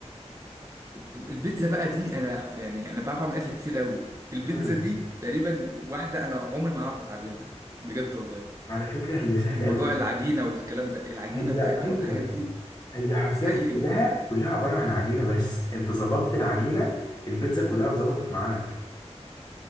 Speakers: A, on the right (about 30°); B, on the left (about 35°).
A: البيتزا بقى دي انا يعني انا بعرف اعمل اكل كتير قوي البيتزا
B: امم
A: دي تقريبا واحده انا عمري ما هعرف اتعلمها بجد والله
B: على فكرة هي سهلة
A: موضوع
B: قوي
A: العجينه والكلام ده العجينه
B: هي
A: بتاعتها
B: ايوه
A: والحاجات دي
B: هي حرفيا
A: مستحيل
B: كلها كلها عبارة عن عجينة بس انت ظبطت العجينة البيتزا كلها اتظبطت معاك